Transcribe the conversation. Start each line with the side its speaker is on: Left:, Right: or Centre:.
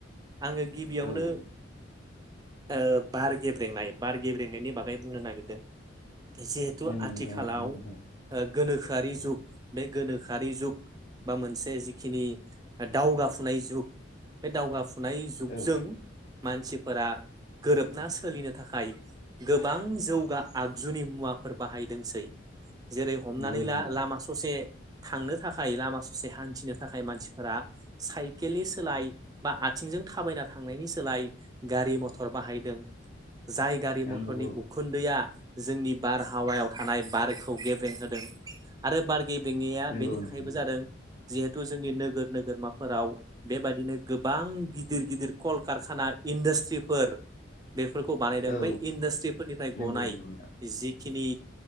Right: आङो गिबियावनो
Left: औ औ
Right: ओ बार गेब्रेंनाय बार गेब्रेंनायनि बागै बुंनो नागिरदों जिहेथु
Left: नंगौ
Right: आथिखालाव
Left: नोंथां औ बुंबाय
Right: ओ
Left: था
Right: गोनोखो गोखोआरि जुग बे गोनोखोआरि जुग बा मोनसे जिखिनि दावगाफुनाय जुग बे दावगाफुनाय जुगजों
Left: औ
Right: मानसिफोरा गोरोबना सोलिनो थाखाय गोबां जौगा आगजुनि मुवाफोर बाहायदोंसै जेरै हमनानै
Left: नंगौ नंगौ
Right: ला लामा ससे थांनो थाखाय लामा ससे हान्थिनो थाखाय मानसि फोरा साइकेलनि सोलाय बा आथिंजों थाबाय ना थांनायनि सोलाय गारि मथर बाहायदों जाय गारि
Left: नंगौ
Right: मथरनि
Left: औ
Right: उखुन्दैआ जोंनि बार हावायाव थानाय बारखौ गेब्रें होदों आरो बार गेब्रेंया
Left: नंगौ
Right: बेनि थाखायबो
Left: नंगौ नोंथां
Right: जादों। जिहेतु जोंनि नोगोर नोगोरमाफोराव बेबादिनो गोबां गिदिर गिदिर कलकारखाना इन्डास्ट्रिफोर बेफोरखौ बानायदों
Left: औ
Right: बै इन्डास्ट्रिफोरनिफ्राय
Left: नंगौ
Right: ग'नाय
Left: नंगौ नोंथां
Right: जिखिनि